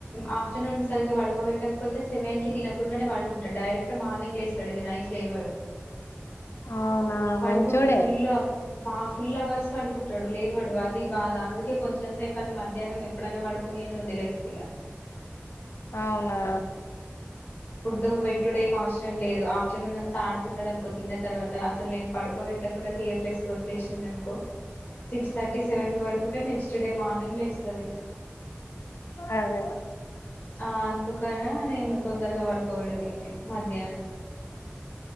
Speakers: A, on the left; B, on the left.
A: ఆఫ్టర్నూన్ సరిగ్గా పడుకోపెట్ పోతే సెవెన్కి తినక్ కుండానే పడుకుంటాడు డైరెక్ట్ మార్నింగ్ లే వేస్తాడు ఇక నైట్ లోవాడు.
B: అవునా
A: పడుకుంటే
B: మంచోడే
A: ఫుల్ మా ఫుల్ అవర్స్ పడుకుంటాడు లేవాడు అది బాధ అందుకే కొంచెం సేపు అన మధ్యాహ్నం ఎప్పుడైనా పడుకొని అని వదిలేస్తి ఇగా
B: అవునా
A: ఫుడ్ పెట్టుడేం అవసరం లేదు ఆఫ్టర్నూన్ అంత్ ఆడుకున్నాడు అనుకో తిన్న తర్వాత అసలు నేను పడుకోబెట్టకుండా కేర్లెస్గ వదిలేసిందనుకో సిక్స్ థర్టీ సెవెన్ కి పడుకుంటే నెక్స్ట్ డే మార్నింగ్ లేస్తాడు ఇక
B: అదే
A: ఆ అందుకనే నేను తొందరగా పడుకోబెడతా ఈణ్ణి మధ్యాహ్నం